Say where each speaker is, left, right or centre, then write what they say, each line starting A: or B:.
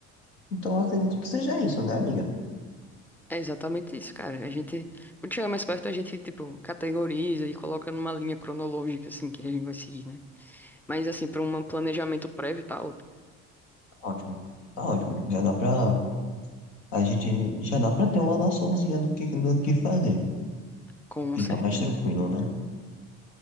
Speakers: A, on the left (about 85°); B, in the centre.
A: Então eu acredito que seja isso, né, amiga?
B: É exatamente isso, cara. A gente, quando chegar mais perto, a gente, tipo, categoriza e coloca numa linha cronológica, assim, que a gente vai seguir, né? Mas, assim, para um planejamento prévio, tá ótimo.
A: Ótimo. Tá ótimo. Já dá pra. A gente já dá pra ter uma noçãozinha do que, do que fazer.
B: Com
A: Ficar
B: certeza.
A: mais tranquilo, né?